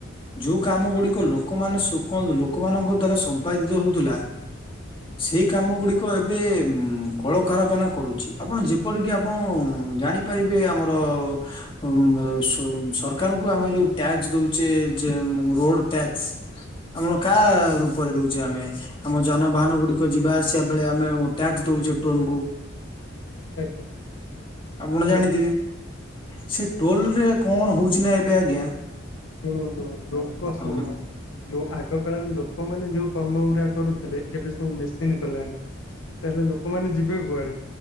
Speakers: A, on the left; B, on the left.
A: ଯୋଉ କାମ ଗୁଡିକ ଲୋକମାନେ ସୁକନ୍ତୁ ଲୋକମାନଙ୍କ ଦ୍ଵାରା ସମ୍ପାଦିତ ହଉଥିଲା ସେଇ କାମ ଗୁଡିକ ଉଁ ଏବେ କଳକାରଖାନା କରୁଛି ଆପଣ ଯେପରିକି ଆପଣ ଜାଣିପାରିବେ ଆମର ଉଁ ମେଁ ସୁ ସରକାରଙ୍କୁ ଆମେ ଯୋଉ ଟ୍ୟାକ୍ସ ଦଉଛେ ଯେ ରୋଡ ଟ୍ୟାକ୍ସ ଆମ କା ରୂପରେ ଦଉଛେ ଆମେ ଆମ ଯାନବାହାନ ଗୁଡିକ ଯିବା ଆସିବା ବେଳେ ଆମେ ଟ୍ୟାକ୍ସ ଦଉଛେ ଟୋଲକୁ
B: ଆଜ୍ଞା
A: ଆପଣ
B: ଶୁଣ
A: ଜାଣିଥିବେ ସେ ଟୋଲରେ କଣ ହଉ ଅଛି ନା ଏବେ ଆଜ୍ଞା
B: ଶୁଣତୁ ଡୋକ ଶୁଣ
A: ଉଁ
B: ଯୋଉ ଆଗ କାଳରେ ଲୋକମାନେ ଯୋଉ କର୍ମ ଗୁଡା କରୁଥିଲେ ଏବେ ସବୁ ମେସିନ୍ କଲାଣି ତାହେଲେ ଲୋକମାନେ ଯିବେ କୁଆଡେ